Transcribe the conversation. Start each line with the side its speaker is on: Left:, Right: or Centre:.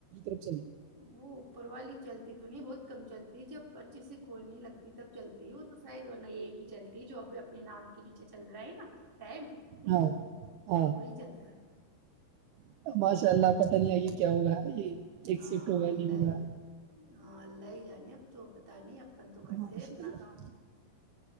Right: رہ
Centre: وہ اوپر والی چلتی تو نہیں بہت کم چلتی جب پچی سے کوول نہیں لگتی تب چلتی ہے وہ تو ساید ورنہ ایک ہی چلتی ہے جو ابھی اپنے نام کے نیچے چل رہا ہے نا ٹائم
Right: ہاں
Centre: وہی چلتا ہے
Right: <inaudible> چلا آپ پتہ نہیں آگے کیا ہوگا یہ ایکسفٹ
Centre: ہاں
Right: ہوگا
Centre: اللہ
Right: نہیں ہوگا
Centre: ہاں اللہ ہی جانے اب تو پتا نہیں اب اپن تو کرتے
Right: ماشاء
Centre: اپنا
Right: اللہ
Centre: کام